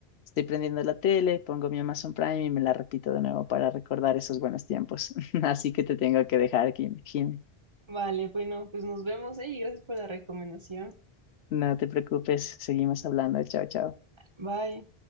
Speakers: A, on the left (about 80°); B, on the right (about 25°).
A: estoy prendiendo la tele, pongo mi Amazon Prime y me la repito de nuevo para recordar esos buenos tiempos. <laughs> Así que te tengo que dejar, Kim- Jimmy.
B: Vale, bueno, pues nos vemos, ¿eh? Y gracias por la recomendación.
A: No te preocupes, seguimos hablando. Chao, chao.
B: Bye.